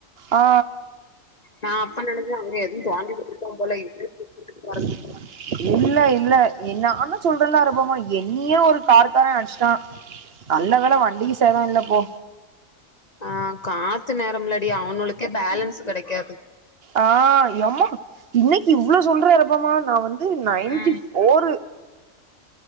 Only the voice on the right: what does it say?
ஆ
<inaudible> இல்ல இல்ல எ நான்தா சொல்றேன்ல அரபமா என்னியே ஒரு கார்கார அடிச்சுட்டா நல்ல வேல வண்டிக்கு சேத இல்லப்போ
ஆ எம்மா இன்னைக்கு இவ்ளவு சொல்ற அரபமா நா வந்து நைன்டிவ்
ஓரு